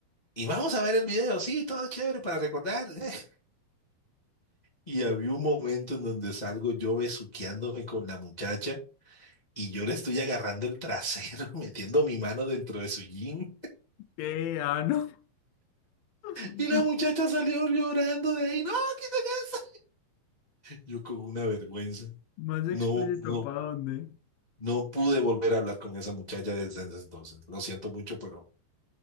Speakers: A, on the left; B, on the left.
A: Y vamos a ver el video, sí, todo chévere para recordar. <laughs> Y había un momento en donde salgo yo besuqueándome con la muchacha. Y yo le estoy agarrando el trasero, <laughs> metiendo mi mano dentro de su jean.
B: ¿Qué? Ah, no. <laughs>
A: Y la muchacha salió llorando de ahí. No, quítate eso. Yo con una vergüenza.
B: Más explícito,
A: No, no,
B: ¿para dónde?
A: no pude volver a hablar con esa muchacha desde ese entonces. Lo siento mucho, pero